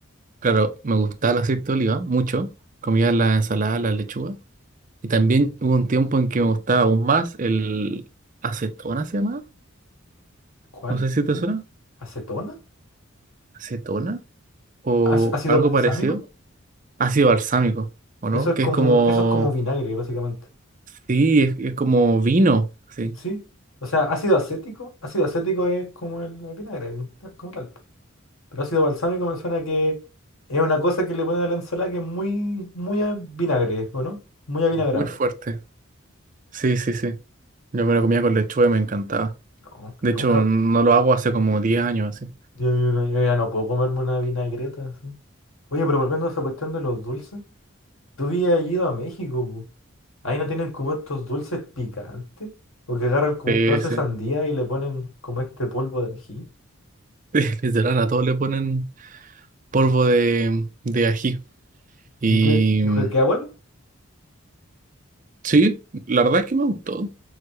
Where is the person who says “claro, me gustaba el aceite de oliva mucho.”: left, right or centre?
Right